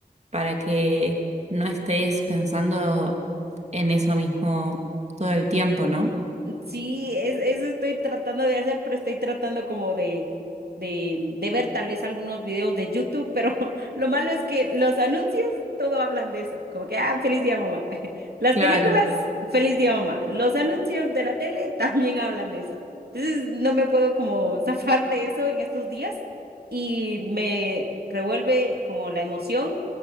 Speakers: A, on the right; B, on the right.
A: para que no estés pensando en eso mismo todo el tiempo, ¿no?
B: Sí, es- eso estoy tratando de hacer, pero estoy tratando como de, de, de ver tal vez algunos videos de YouTube, pero <laughs> lo malo es que los anuncios todo hablan de eso, como que, ah, feliz día mamá. <laughs> Las
A: Claro,
B: películas, feliz día mamá. Los anuncios de la tele <laughs> también hablan de eso. Entonces no me puedo como zafar de eso en estos días y me revuelve como la emoción